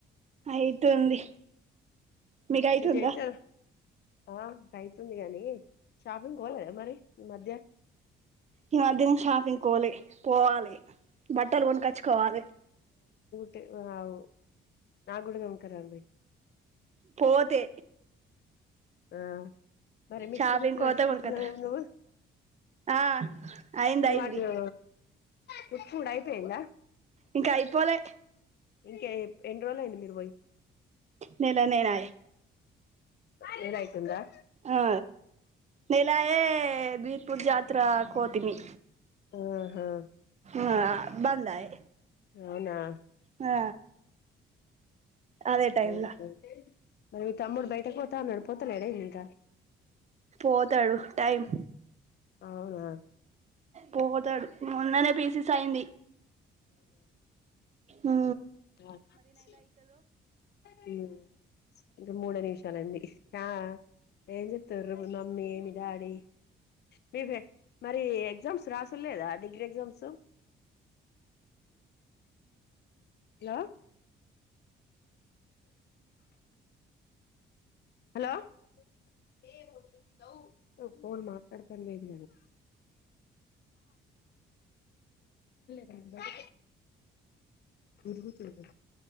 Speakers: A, on the right; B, on the left.
A: ఐతూంది. మీగైతుందా.
B: నువ్వు చేయొచ్చు ఆ కయితుంది గాని. షాపింగ్ కొవాలె మరి ఇమధ్య
A: ఇం మథ్థిన షాపింగ్ కోలె పోవాలి బట్టలు కొన్కచ్చుకోవాలి.
B: తె వావు, నా కూడ కొన్కరాండ్రి.
A: పోతే
B: ఆ మరి మిషన్
A: షాపింగ్
B: కుట్టు నేచుంకుంటునవె
A: పోతే కొనుకత్త
B: నువు,
A: ఆ అయింది
B: నువ్
A: అయింది
B: అడ్రొ కుట్టుడు అయిపియింద
A: ఇంక అయిపోలే
B: ఇంకెయ్ ఎన్న్ రోల్ళ్ ఐంది మీర్ పోయ్.
A: నేనా నేనాయ
B: నెనయితుంద.
A: ఆ నెలయే బీద్ పూర్ జాత్ర కో తిని
B: ఆహా
A: ఆ బందయ్
B: అవునా
A: ఆ అదే టైమ్లా
B: ఓహొ మరి తమ్ముడు బయటకు పోతా అన్నాడు, పోతునడే ఇంక
A: పోతాడు టైమ్
B: అవునా
A: పోతాడు మొన్ననే పీసిసై ంది ఆ
B: దాత్ హ్మ్ ఇంకా మూడే నిమిషాలండి. ఆ ఏం చేత్తర్రు మీ మమ్మీ మీ డాడీ మీర్ మరి ఎగ్జామ్స్ రాసుల్లేదా degree exams? Hello hello <unintelligible> phone మాట్లాడత లేదు కదా తిరుగుతుంది